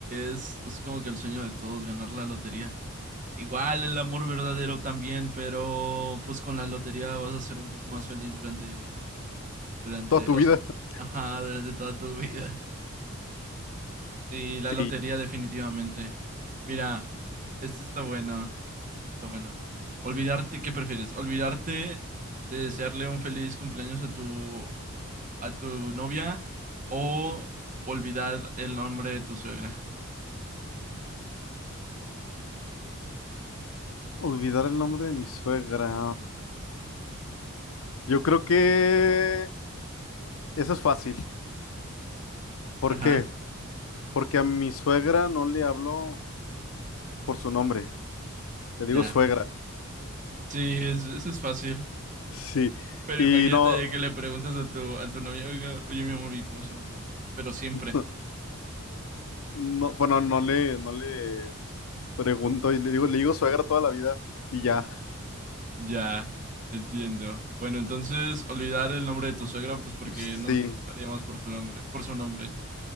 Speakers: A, on the right; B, on the left.
A: es, es como que el sueño de todos, ganar la lotería. Igual el amor verdadero también, pero pues con la lotería vas a ser un poco más feliz durante Durante,
B: Toda tu
A: o
B: vida.
A: sea,
B: <laughs>
A: ajá, durante toda tu vida. Sí, la
B: Sí.
A: lotería definitivamente. Mira, esto está bueno. Está bueno. Olvidarte, ¿qué prefieres? ¿Olvidarte de desearle un feliz cumpleaños a tu a tu novia o olvidar el nombre de tu suegra?
B: Olvidar el nombre de mi suegra. Yo creo que eso es fácil. ¿Por
A: Ajá,
B: qué? Porque a mi suegra no le hablo por su nombre. Le digo
A: ya.
B: suegra.
A: Sí, es- eso es fácil.
B: Sí.
A: Pero
B: Y
A: imagínate
B: no.
A: que le preguntas a tu a tu novia, "Oiga, oye, mi amor, ¿y cómo se llama tu mamá? Pero siempre.
B: <laughs> No, bueno, no le, no le pregunto y le digo, le digo suegra toda la vida y ya.
A: Ya, entiendo. Bueno, entonces olvidar el nombre de tu suegra, pues porque
B: Sí,
A: no no la llamas por tu nombre, por su nombre.